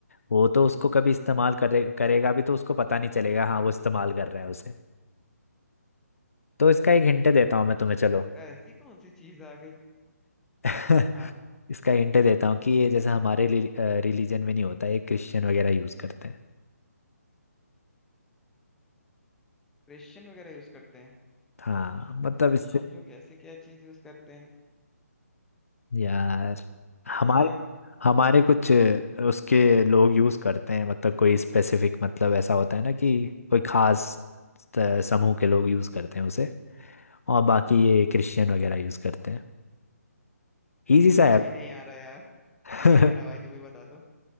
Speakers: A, on the left (about 60°); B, in the centre.
A: वो तो उसको कभी इस्तेमाल करे करेगा भी तो उसको पता नहीं चलेगा हाँ वो इस्तेमाल कर रहा है उसे तो इसका एक हिंट देता हूँ मैं तुम्हें चलो
B: ऐसी कौन सी चीज आ गई
A: <laughs>
B: हाँ
A: इसका हिंट देता हूँ कि ये जैसे हमारे रिलीजन में नहीं होता ये क्रिश्चियन वगैरह यूज़ करते हैं
B: क्रिश्चियन वगैरह यूज करते हैं
A: हाँ मतलब
B: क्रिश्चियन
A: इससे
B: लोग ऐसे क्या चीज यूज करते हैं
A: यार
B: आ,
A: हमारे हमारे कुछ उसके लोग यूज़ करते हैं मतलब कोई स्पेसिफिक मतलब ऐसा होता है ना कि कोई खास त- समूह के लोग यूज़ करते हैं उसे और बाकी ये क्रिश्चियन वगैरह यूज़ करते हैं इजी सा
B: भाई
A: है
B: नहीं आ रहा यार
A: <laughs>
B: नहीं आ रहा भाई तुम ही बता दो